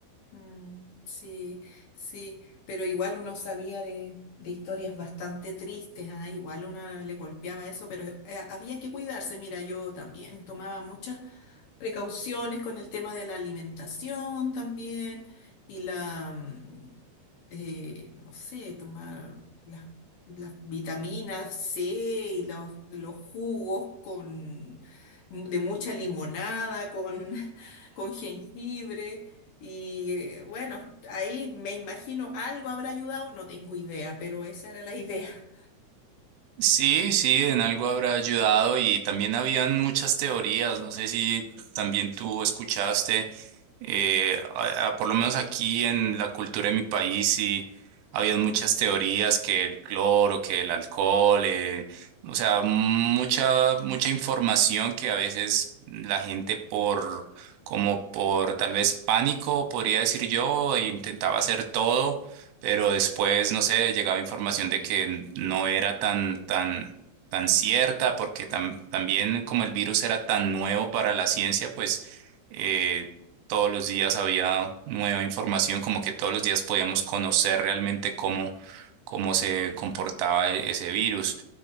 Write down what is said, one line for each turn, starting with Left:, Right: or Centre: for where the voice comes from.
Left: Mm, sí, sí, pero igual uno sabía de, de historias bastante tristes, ah, Igual uno le golpeaba eso, pero eh, había que cuidarse. Mira, yo también tomaba muchas precauciones con el tema de la alimentación también y la, mm, eh, no sé, tomar las, las vitaminas C y los, los jugos con, de mucha limonada, con con jengibre y eh, bueno, ahí me imagino algo habrá ayudado, no tengo idea, pero esa era la <laughs> idea.
Right: Sí, sí, en algo habrá ayudado y también habían muchas teorías, no sé si también tú escuchaste, eh,
Left: Ujú.
Right: a- a- por lo menos aquí en la cultura de mi país sí habían muchas teorías que el cloro, que el alcohol, eh, o sea, mucha, mucha información que a veces la gente por, como por tal vez pánico, podría decir yo, intentaba hacer todo pero después, no sé, llegaba información de que no era tan, tan, tan cierta, porque tam- también como el virus era tan nuevo para la ciencia, pues eh, todos los días había nueva información, como que todos los días podíamos conocer realmente cómo, cómo se comportaba e- ese virus.